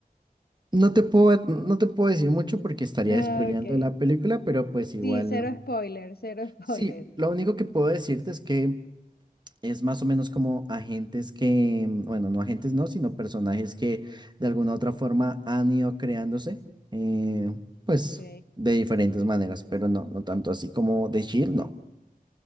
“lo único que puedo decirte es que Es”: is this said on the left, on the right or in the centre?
Right